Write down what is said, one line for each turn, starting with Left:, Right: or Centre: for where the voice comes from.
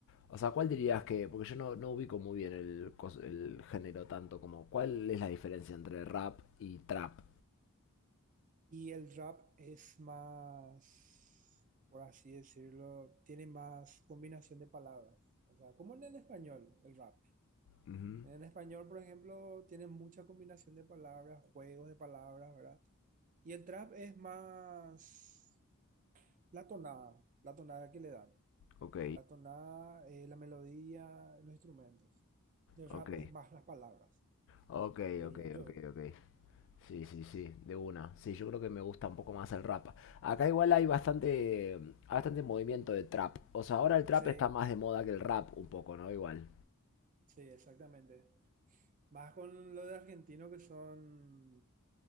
Left: o sea, cuál dirías que, porque yo no, no ubico muy bien el, cos- el género tanto como, ¿cuál es la diferencia entre rap y trap?
Right: Y el rap es más, por así decirlo, tiene más combinación de palabras. O sea, como en el español, el rap.
Left: Ujú,
Right: En español, por ejemplo, tiene mucha combinación de palabras, juegos de palabras, ¿verdad? Y el trap es más la tonada, la tonada que le dan.
Left: Ok,
Right: La tonada, eh, la melodía, los instrumentos. Y el
Left: ok.
Right: rap es más las palabras,
Left: Ok,
Right: diría
Left: ok,
Right: yo.
Left: ok, ok. Sí, sí, sí, de una. Sí, yo creo que me gusta un poco más el rap. Acá igual hay bastante, bastante movimiento de trap. O sea, ahora el trap
Right: Sí,
Left: está más de moda que el rap un poco, ¿no? Igual.
Right: sí, exactamente. Más con lo de argentino que son